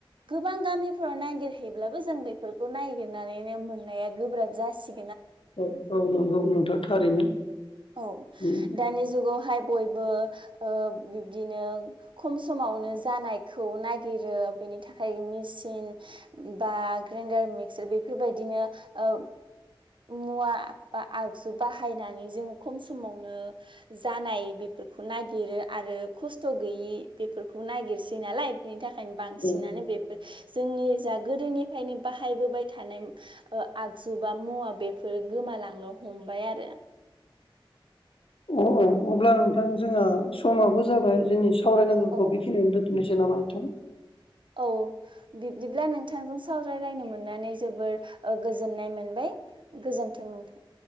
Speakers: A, on the right (about 65°); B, on the left (about 80°).
A: गोबां गामिफोराव नायगिरहैब्लाबो जों बेफोरखौ नायगिरनानैनो मोननाया गोब्राब जासि
B: ओ औ नंगौ नोंथा थारैनो
A: औ
B: उम
A: दानि जुगावहाय बयबो ओ बिब्दिनो खम समावनो जानायखौ नागिरो बे नि थाखाय मिचिन बा ग्राइन्डार मिक्सार बेफोरबायदिनो ओ मुवा बा आगजु बाहायनानै जों खम समावनो जानाय बेफोरखौ नागिरो आरो खस्थ' गैयि बेफोरखौ नायगिरसै नालाय बिनि थाखायनो बांसिनानो
B: औ
A: बेफोर जोंनि जा गोदोनिफ्रायनो बाहायबोबाय थानाय ओ आगजु बा मुवा बेफोरो गोमालांनो हमबाय आरो
B: अ अ
A: औ
B: अब्ला नोंथां जोंङो समाबो जाबाय जोंनि सावरायनांगोखौ
A: औ
B: बेखिनियावनो दोन्थ'नोसै नामा नोंथां
A: औ बिब्दिब्ला नोंथांजों सावरायलायनो मोननानै जोबोर ओ गोजोननाय मोनबाय गोजोनथों नोंथां